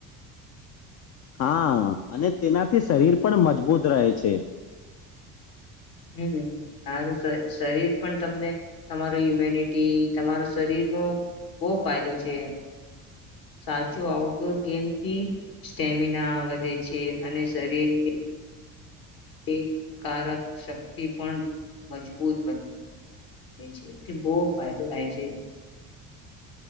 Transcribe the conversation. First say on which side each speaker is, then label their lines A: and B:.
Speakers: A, on the left (about 40°); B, on the left (about 55°).
A: હા અને તેનાથી શરીર પણ મજબૂત રહે છે
B: હમરું શરીર પણ તમને તમારો ઇમ્યુનિટી તમારા શરીરનોો બહુ ફાયદો છે સાચો આઉટડોર ગેમથી સ્ટેમિના વધે છે અને શરીરની એ કારક શક્તિ પણ મજબૂત બની છેથી બહુ ફાયદો થાય છે